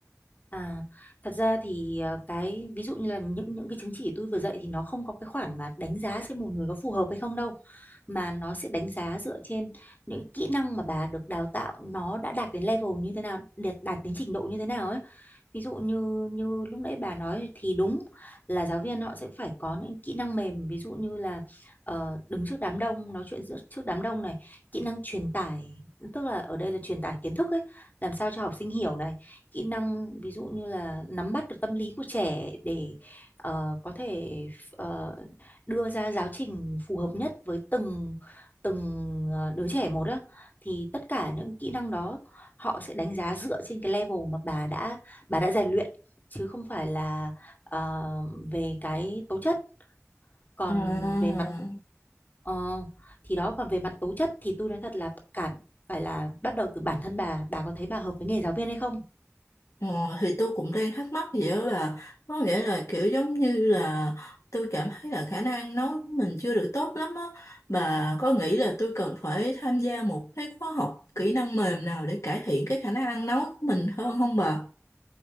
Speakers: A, on the left; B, on the left.
A: À, thật ra thì ờ, cái ví dụ như là những những cái chứng chỉ tôi vừa dạy thì nó không có cái khoản mà đánh giá xem một người có phù hợp hay không đâu, mà nó sẽ đánh giá dựa trên những kỹ năng mà bà được đào tạo nó đã đạt đến level như thế nào, đạt đạt đến trình độ như thế nào ấy ví dụ như như lúc nãy bà nói thì đúng là giáo viên họ sẽ phải có những kỹ năng mềm ví dụ như là ờ, đứng trước đám đông nói chuyện giữa trước đám đông này kỹ năng truyền tải tức là ở đây là truyền tải kiến thức ấy làm sao cho học sinh hiểu này kỹ năng ví dụ như là nắm bắt được tâm lý của trẻ để ờ, có thể ờ, đưa ra giáo trình phù hợp nhất với từng từng ờ, đứa trẻ một á thì tất cả những kỹ năng đó họ sẽ đánh giá dựa trên cái level mà bà đã bà đã rèn luyện chứ không phải là ờ, về cái tố chất còn
B: À.
A: về mặt ờ, thì đó còn về mặt tố chất thì tôi nói thật là cản phải là bắt đầu từ bản thân bà bà có thấy bà hợp với nghề giáo viên hay không
B: Ờ, thì tôi cũng đang thắc mắc vậy đó là có nghĩa là kiểu giống như là tôi cảm thấy là khả năng nói của mình chưa được tốt lắm á bà có nghĩ là tôi cần phải tham gia một cái khóa học kỹ năng mềm nào để cải thiện cái khả năng nói của mình hơn không bà?